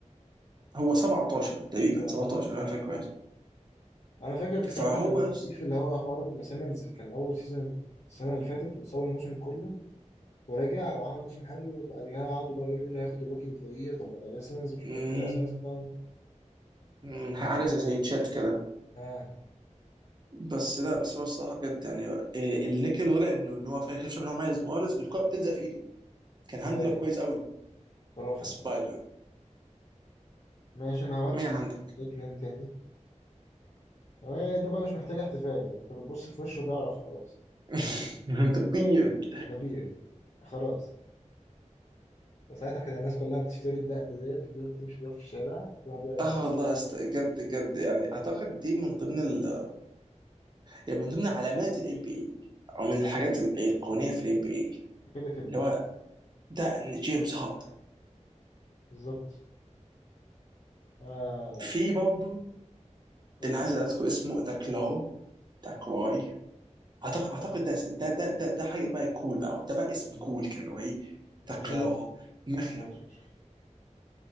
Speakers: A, on the right; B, on the left.
A: هو 17 تقريبا
B: 17
A: 17 لو انا فاكر كويس
B: 18 انا فاكر ساعتها
A: فهو
B: كان البيف
A: يس-
B: اللي هو حوار ان سيمنز كان اول سيزون السنه اللي فاتت وتصور الموسم كله ورجع وعمل موسم حلو وبعدها قعدوا بقى يقولوا مين اللي هياخد الروكي اوف ذا يير طب ده بين سيمنز مش
A: مم،
B: من الكلاس اصلا
A: مم، حاجه زي زي تشات كده
B: اه
A: بس لا بس هو الصراحه بجد يعني آه، النيك نيم الغلا انه إن هو فاهم خير شايف ان هو مميز خالص الكوره بتلزق في ايده كان هاندلر
B: ايوه
A: كويس قوي
B: خرافي
A: سبايدر
B: الصراحه ماشي انا هودي
A: مين عندك؟
B: نيك نيم تاني آه، ده بقى مش محتاج احتفال يعني انت بتبص في وشه تعرف خلاص
A: <laughs> انت بيرد
B: ده بيرد خلاص ساعتها كان الناس كلها بتشتري الدقن ديت وتقدر تمشي بيها في الشارع تروح بيها المدرجات
A: اه والله يا اسطى جد جد يعني اعتقد دي من ضمن ال... يعني من ضمن علامات الام بي اي او من الحاجات الايقونيه في الام بي اي
B: كده كده
A: اللي هو ده إن جيمس هاردن
B: بالظبط آه
A: في برضه
B: قول
A: اللي عايز اذكر اسمه ذا كلاو ذا كواي اعتقد اعتقد
B: اه
A: ده ده ده ده, ده حاجه بقى كول بقى ده بقى اسم كول كده اللي هو ايه
B: باكلاو
A: ذا كلاو مخلب
B: جامد فشخ